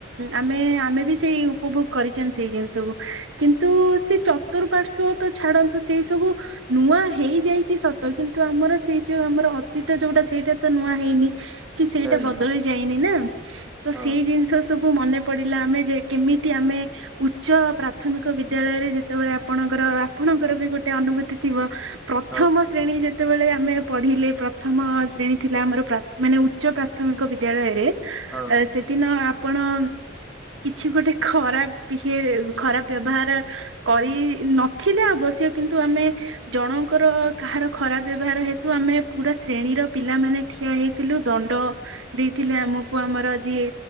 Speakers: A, on the right; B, in the centre.
A: ଆମେ ଆମେ ବି ସେଇ ଉପଭୋଗ କରିଚନ୍ତି ସେଇ ଜିନିଷକୁ କିନ୍ତୁ ସେ ଚତୁଃପାର୍ଶ୍ଵ ତ ଛାଡନ୍ତୁ ସେଇ ସବୁ ନୂଆ ହେଇଯାଇଚି ସତ କିନ୍ତୁ ଆମର ସେଇ ଯଉ ଆମର ତ ଯୋଉଟା ସେଇଟା ତ ନୂଆ ହେଇନି କି ସେଇଟା
B: ନାଇଁ
A: ବଦଳି
B: ନାଇଁ
A: ଯାଇନି ନା। ତ
B: ହଁ
A: ସେଇ ଜିନିଷ ସବୁ ମନେ ପଡିଲା ଆମେ ଯେ କେମିତି ଆମେ ଉଚ୍ଚ ପ୍ରାପ ପ୍ରାଥମିକ ବିଦ୍ୟାଳୟରେ ଯେତେବେଳେ ଆପଣଙ୍କର ଆପଣଙ୍କର ବି ଗୋଟେ ଅନୁଭୂତି ଥିବ ପ୍ରଥମ
B: ହଁ
A: ଶ୍ରେଣୀ ଯେତେବେଳେ ଆମେ ପଢିଲେ ପ୍ରଥମ ଶ୍ରେଣୀ ଥିଲା ଆମର ପ୍ରା ମାନେ ଉଚ୍ଚ ପ୍ରାଥମିକ ବିଦ୍ୟାଳୟରେ
B: ହଁ
A: ସେ ଦିନ ଆପଣ କିଛି ଗୋଟେ ଖରାପ ବିହେ ଖରାପ ବ୍ୟବହାର କରି ନଥିଲେ ଅବଶ୍ୟ କିନ୍ତୁ ଆମେ ଜଣଙ୍କର କାହାର ଖରାପ ବ୍ୟବହାର ହେତୁ ଆମେ ପୁରା ଶ୍ରେଣୀର ପିଲାମାନୋନେ ଠିଆ ହେଇଥିଲୁ ଦଣ୍ଡ ଦେଇଥିଲେ ଆମକୁ ଆମର ଯିଏ